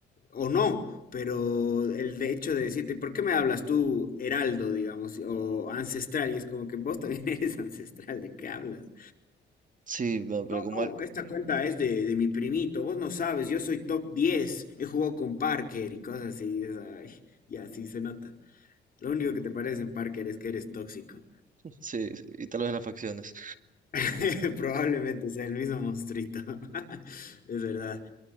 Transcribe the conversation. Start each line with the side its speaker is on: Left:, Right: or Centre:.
Left: O no, pero el de hecho de decirte, ¿por qué me hablas tú heraldo, digamos, o ancestral? Y es como que vos también <laughs> eres ancestral, ¿de qué hablas?
Right: Sí, no, pero
Left: No,
Right: como, al-
Left: esta cuenta es de, de mi primito. Vos no sabes, yo soy top 10. He jugado con Parker y cosas así. es, ay, y así se nota. Lo único que te parece en Parker es que eres tóxico.
Right: sí, sí, y tal vez las facciones.
Left: <laughs> Probablemente sea el mismo monstruito. <laughs> Es verdad.